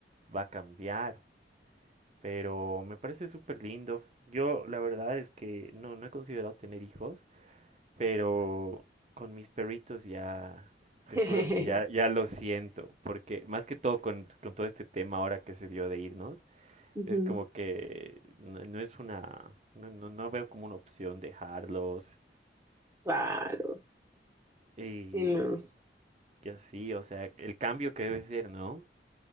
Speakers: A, on the right; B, on the right.
A: va a cambiar, pero me parece súper lindo. Yo la verdad es que no, no he considerado tener hijos, pero con mis perritos ya,
B: <laughs>
A: te juro que ya, ya lo siento, porque más que todo con, con todo este tema ahora que se dio de irnos,
B: Ujú,
A: es como que no, no es una, no, no no veo como una opción dejarlos.
B: Claro,
A: Y
B: sí, no.
A: Ya sí, o sea, el cambio que debe ser, ¿no?